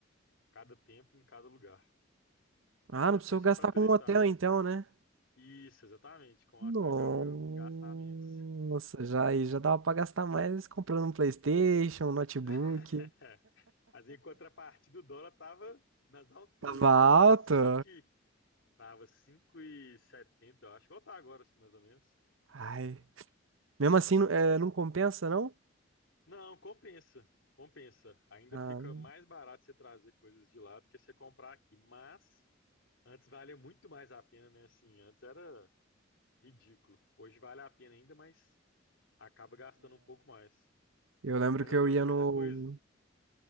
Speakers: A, on the left; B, on the right.
A: cada tempo em cada lugar.
B: Ah,
A: Mas
B: não precisou
A: foi só
B: gastar
A: para turistar
B: com um hotel
A: mesmo.
B: então, né?
A: Isso, exatamente. Com o
B: Nossa,
A: hotel já foi um gasto a menos.
B: já aí já dava pra gastar mais comprando um PlayStation, um notebook.
A: <laughs> Mas em contrapartida, o dólar tava nas alturas,
B: Tava alto.
A: né? Assim, 5, tava cinco e setenta. eu acho. Igual tá agora, assim, mais ou menos.
B: Ai. Mesmo assim, não eh, não compensa, não?
A: Não, compensa, compensa. Ainda
B: Ah,
A: fica mais barato você trazer coisas de lá do que você comprar aqui. Mas antes valia muito mais a pena, né? Assim, antes era ridículo. Hoje vale a pena ainda, mas acaba gastando um pouco mais.
B: eu lembro
A: Mas
B: que
A: eu
B: eu
A: trouxe
B: ia
A: muita
B: no.
A: coisa,